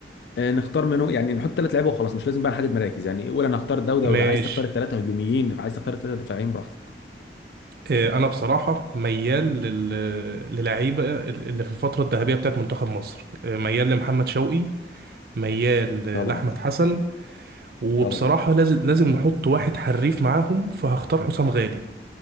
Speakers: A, on the left; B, on the right.
A: آه، نختار منه يعني نحط ثلاث لعيبة وخلاص مش لازم بقى نحدد مراكز يعني قول انا هختار ده وده
B: ماشي
A: وده عايز تختار الثلاثة هجوميين عايز تختار الثلاثة دفاعيين براحتك
B: آه، انا بصراحه ميال لل... للعيبه اللي في الفتره الذهبيه بتاعت منتخب مصر آه، ميال لمحمد شوقي ميال آه،
A: طبعا
B: لاحمد حسن وبصراحه
A: طبعا
B: لازم لازم نحط واحد حريف معاهم فهختار حسام غالي